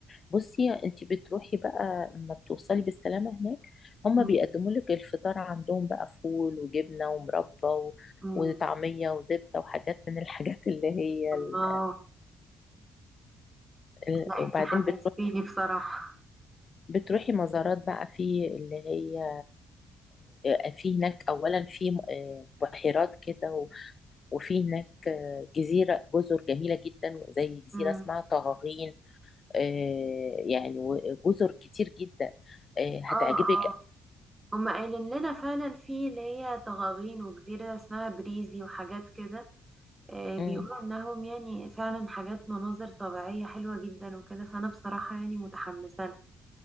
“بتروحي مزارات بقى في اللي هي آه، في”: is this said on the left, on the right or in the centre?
Left